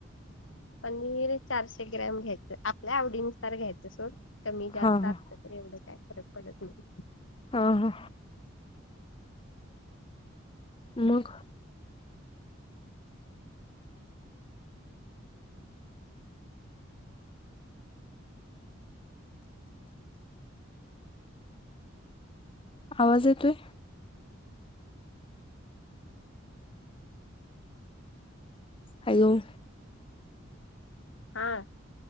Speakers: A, on the left (about 70°); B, on the left (about 25°).
A: पनीर चारशे ग्रॅम घ्यायचं आपल्या आवडीनुसार घ्यायचं सोड कमी जास्त
B: हा हा
A: आस ''--'' एवढं काय फरक पडत नाही.
B: हा हा, मग. आवाज येतोय. हॅलो,
A: हा,